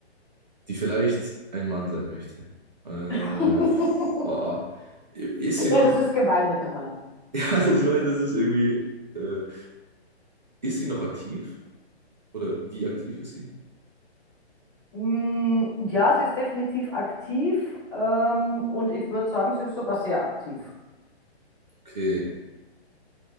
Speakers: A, on the right; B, on the left.
A: die vielleicht ein Mann sein möchte. Äh,
B: <laughs>
A: boah. Ist sie noch,
B: Ja, das ist gemein mit dem Mann.
A: <laughs> ja, das, war, das ist irgendwie, äh, ist sie noch aktiv? Oder wie aktiv ist sie?
B: Mm, Ja, sie ist definitiv aktiv ähm, und ich würde sagen, sie ist sogar sehr aktiv.
A: Okay.